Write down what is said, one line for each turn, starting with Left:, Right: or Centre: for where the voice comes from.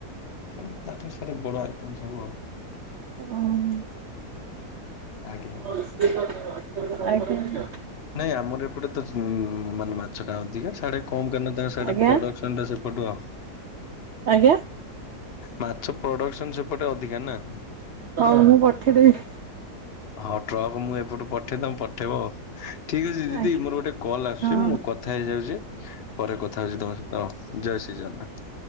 Left: ସବୁ ତାଙ୍କ ସାଡେ ବଡ ଆଇଟମ୍ ସବୁ
Right: <unintelligible> <unintelligible>
Left: ଆଜ୍ଞା ଆଜ୍ଞା। ନାଇଁ ଆମର ଏ ପଟେ ତ ଯ ଉଁ ମାନେ ମାଛଟା ଅଧିକା ସାଡେ କମ୍ କାଇଁ ନା ତାଙ୍କ ସାଡେ
Right: ଆଜ୍ଞା
Left: ପ୍ରଡକ୍ସନଟା ସେପଟୁ ଆଉ
Right: ଆଜ୍ଞା।
Left: ମାଛ ପ୍ରଡକ୍ସନ୍ ସେପଟେ ଅଧିକା ନା।
Right: ହଉ ମୁଁ ପଠେଇଦେବି।
Left: ହଉ ଟ୍ରକ୍ ମୁଁ ଏପଟୁ ପଠେଇ ତମେ ପଠେଇବ ଆଉ ଠକ୍ ଅଛି ଦିଦି
Right: ଆଜ୍ଞା
Left: ମୋର ଗୋଟେ କଲ୍ ଆସୁଚି
Right: ହଁ।
Left: ମୁଁ କଥା ହେଇଯାଉଚି ପରେ କଥା ହଉଚି ତମ ସହିତ ଜୟ ଶ୍ରୀଜଗନ୍ନାଥ।